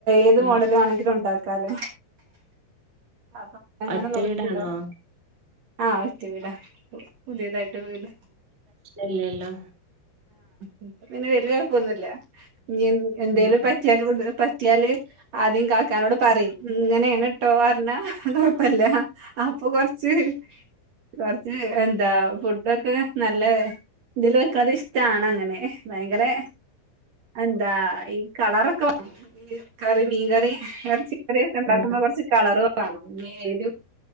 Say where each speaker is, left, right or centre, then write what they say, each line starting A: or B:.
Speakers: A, on the right; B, on the right.
A: ഏത്
B: ആ
A: മോഡലും വാണെങ്കി ല്ലുണ്ടാക്കാലെ അപ്പൊ അങ്ങനെ
B: ഒറ്റ
A: നോക്കി
B: വീടാണോ
A: <unintelligible> ആഹ് ഒറ്റ വീട പുതിയതായിട്ട് വീട്
B: ഇല്യല്ലോ
A: ഇൻക്ക് പിന്നെ വല്ല്യ കൊഴപ്പൊന്നുല്ല ഞ് എന്തേലും
B: ഉം ഉം
A: പറ്റിയാല് <unintelligible> പറ്റിയാല് ആദ്യം കാക്കാനോട് പറിംഇങ്ങനേണ് ട്ടോ അറ്ഞ്ഞാ കൊഴപ്പല്ല <unintelligible> അപ്പൊ കൊറച്ച് ച്ച് കൊറ് ച്ച് എന്താ ഫുഡൊക്കെ നല്ല ഇതില് വെക്കാതെ ഇഷ്ട്ടാണ് അങ്ങനെ ഭയങ്കരെ എന്താ ഈ കളറൊക്കെ കറി മീൻകറി ഇറച്ചിക്കറി ഒക്കെ ഉണ്ടാക്കുമ്പ
B: ആ ആ
A: കൊറച്ച് കളറ് <unintelligible>